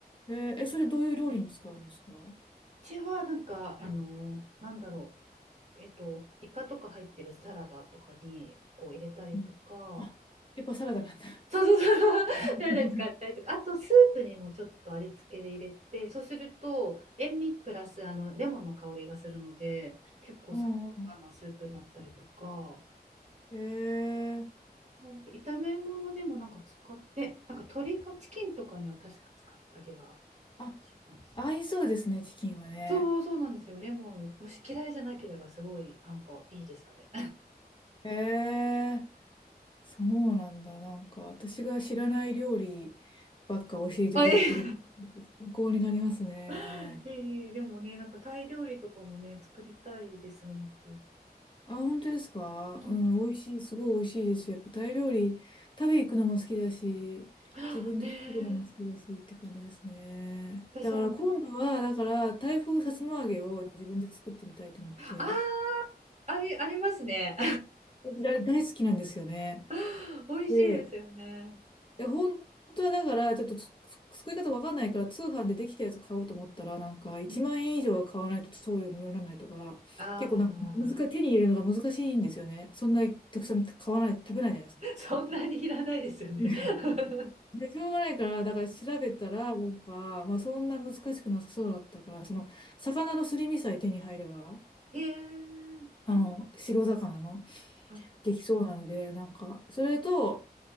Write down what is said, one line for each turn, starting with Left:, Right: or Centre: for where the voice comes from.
Left: へええ、それどういう料理に使うんですか
Right: ちはなんか、あの、なんだろう、えっと、イカとか入ってるサラダとかにこう入れたりとか、
Left: うん。あ、やっぱサラダなんだ。
Right: そうそうそう、<laughs>
Left: <laughs>
Right: サラダ使ったりとか、あとスープにもちょっと味付けで入れて、そうすると塩味プラスあのレモンの香りがするので、結構爽やかなスープになったりとか、
Left: うんうん。へえ。
Right: そうあと炒め物にもなんか使って、なんか鶏かチキンとかには確か使った気が
Left: あ、
Right: します。
Left: 合いそうですね、チキンはね。
Right: そうそうなんですよ。レモン、もし嫌いじゃなければすごいなんかいいです、あれ。
Left: へえ、そうなんだ。なんか、私が知らない料理ばっか教えてくれてる、
Right: あ、ええ
Left: 参考になりますね。
Right: <laughs> ええでもね、なんかタイ料理とかもね、作りたいです、本当。
Left: あ、本当ですかうん、
Right: うん、
Left: 美味しい、すごい美味しいですよ。やっぱタイ料理、食べ行くのも好きだし、
Right: <gasps>
Left: 自分で作るのも好きだしって感じですね。
Right: ねえ、私あの、
Left: だから今度は、だから、タイ風さつま揚げを自分で作ってみたいと思って。
Right: ああ、あり、ありますね。
Left: 私あれ大好きなんですよね。
Right: <laughs> 美味しいですよね。
Left: で、いや、本当はだから、ちょっとつ作り方わかんないから、通販でできたやつ買おうと思ったら、なんか、1万円以上は買わないと送料無料にならないとか、
Right: うん、ああ、
Left: 結構なんか難しい、手に入れるのが難しいんですよね。そんなにたくさん買わない、食べないじゃないですか。
Right: そんなにいらないですよね。
Left: 買って <laughs>
Right: <laughs>
Left: で、しょうがないから、だから調べたら、なんか、まあそんな難しくなさそうだったから、その、魚のすり身さえ手に入れば、
Right: へえ、
Left: あの、白魚の、
Right: あ
Left: できそうなので、なんか、それと、